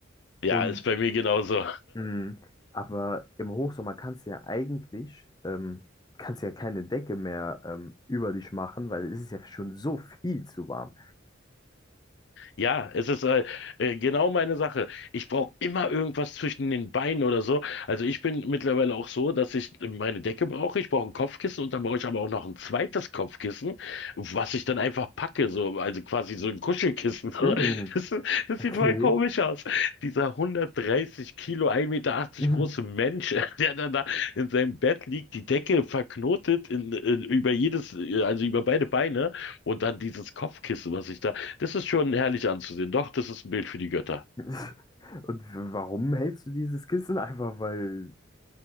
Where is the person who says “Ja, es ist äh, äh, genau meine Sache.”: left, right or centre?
Left